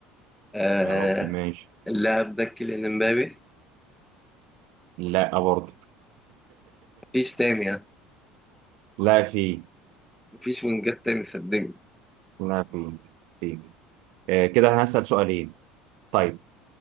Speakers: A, in the centre; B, on the right (about 70°).
A: آه
B: يا رب ماشي
A: اللاعب ده كيليان امبابي
B: لا برضه <laughs>
A: مفيش تاني يعني
B: لا في
A: مفيش وينجات تاني صدقني
B: لا في في آه كده انا هسأل سؤالين طيب